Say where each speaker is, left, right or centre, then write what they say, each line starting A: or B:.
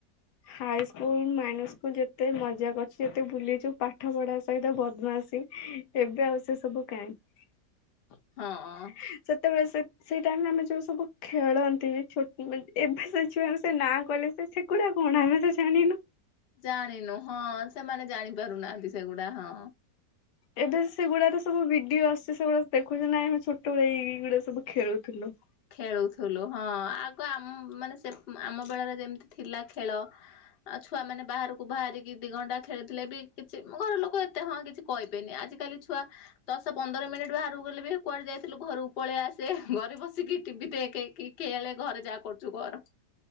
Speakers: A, on the left; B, on the left.
A: ହାଇ ସ୍କୁଲ ମାଇନସ୍ ସ୍କୁଲ ଯେତେ ମଜା କରିଛି ଯେତେ ବୁଲିଛୁ ପାଠ ପଢା ସହିତ ବଦ୍ମାସୀ। ଏବେ ଆଉ ସେ ସବୁ କାହିଁ।
B: ହଁ।
A: ସେତେବେଳେ ସେ ସେଇ ଟାଇମ ରେ ଆମେ ଯୋଉ ସବୁ ଖେଳନ୍ତି ଯେ ଏବେ ସେ ଛୁଆଙ୍କ ସେ ନାଁ କହିଲେ ସେ ସେଗୁଡା। କଣ ଆମେ ତ ଜାଣିନୁ।
B: ଜାଣିନୁ ହଁ ସେମାନେ ଜାଣିପାରୁନାହାନ୍ତି ସେଗୁଡା ହଁ।
A: ଏବେ ସେଗୁଡାକ ସବୁ ଭିଡିଓ ଆସଛି ସେଗୁଡ଼ାକ ଦେଖୁଛ ନାଇଁ ଆମେ ଛୋଟବେଳେ ଏଇ ଗୁଡାକ ସବୁ ଖେଳୁଥିଲୁ।
B: ଖେଳୁଥିଲୁ ହଁ ଆଗ ଆମ ମାନେ ସେ ଆମ ବେଳରେ ଯେମିତି ଥିଲା ଖେଳ। ଆଉ ଛୁଆ ମାନେ ବାହାରକୁ ବାହାରିକି ଦି ଘଣ୍ଟା ଖେଳିଥିଲେ ବି କିଛି ଘର ଲୋକ ଏତେ ହଁ କିଛି କହିବେନି ଆଜିିକାଲି ଛୁଆ। ଦଶ ପନ୍ଦର ମିନିଟ ବାହାରକୁ ଗଲେ ବି କୁଆଡେ ଯାଇଥିଲୁ ଘରକୁ ପଳେଇ ଆସେ ଘରେ ବସିକି ଟିଭି ଦେଖ କି ଖେଳେ ଘରେ ଯାହା କରୁଛୁ କର।